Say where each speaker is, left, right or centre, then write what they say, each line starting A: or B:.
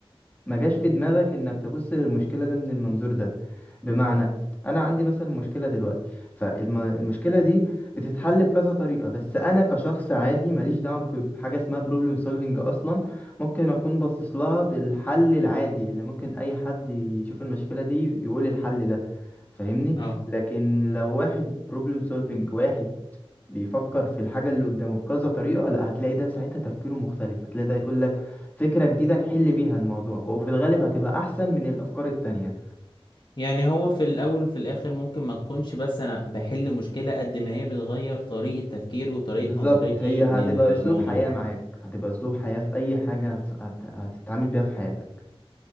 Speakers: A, on the left; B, on the left.
A: ما جاش في دماغك انك تبص للمشكلة ده من المنظور ده بمعنى انا عندي مثلا مشكله دلوقتي فالمشكله دي بتتحل بكذا طريقه بس انا كشخص عادي ماليش دعوه ب- بحاجه اسمها بروبلم سولفنج اصلا ممكن اكون باصص لها بالحل العادي اللي ممكن اي حد يشوف المشكله دي يقول الحل ده فاهمني
B: اه
A: لكن لو واحد بروبلم سولفنج واحد بيفكر في الحاجة اللي قدامه بكذا طريقة لا هتلاقي ده ساعتها تفكيره مختلف هتلاقي ده يقول لك فكرة جديدة نحل بيها الموضوع وفي الغالب هتبقى أحسن من الأفكار التانية
B: يعني هو في الاول وفي الاخر ممكن ما تكونش بس انا بحل مشكلة قد ما هي بتغير طريقة تفكير وطريقة
A: بالظبط
B: نظرتي
A: هي هتبقى
B: للموضوع
A: اسلوب حياة معاك هتبقى اسلوب حياة في اي حاجة هت... هت... هتتعامل بيها في حياتك